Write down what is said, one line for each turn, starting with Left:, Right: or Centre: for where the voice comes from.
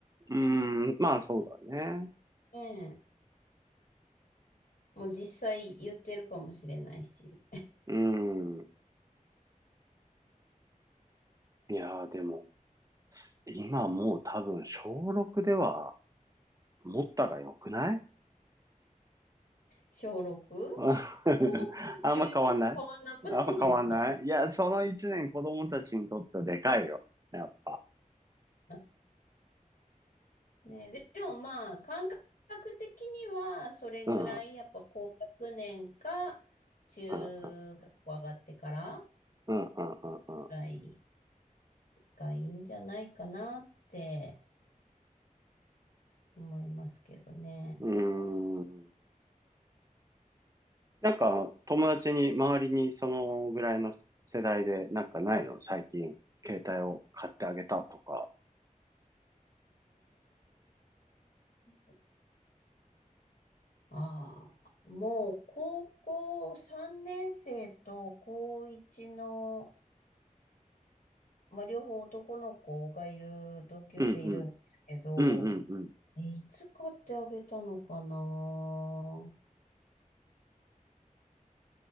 Right: ーん、まあそうだね。
Left: ええ。もう実際言ってるかもしれないし。
Right: うーん。いやーでも、す今もう多分小6では持ったが良くない
Left: 小 6?
Right: うん <laughs>
Left: 小6も中1も変わんなくないですか
Right: あんま変わんないあんま変わんないいや、その一年子供たちにとってはでかいよ。やっぱ。
Left: <laughs> ね、で、でもまあ、感覚的には、それぐらい、
Right: うん、うん、
Left: やっぱ高学年か、中学校上がってからぐ
Right: うん、うん、うん、
Left: らいがいいんじゃないかなって思いますけどね。
Right: うん、うん。うーん。なんか、友達に、周りにそのぐらいの世代で、なんかないの最近、携帯を買ってあげたとか。
Left: ええああ、もう高校3年生と高1のまあ、両方男の子がいる同級生いるんですけど、
Right: うんうん。うんうんうん。
Left: え、いつ買ってあげたのかな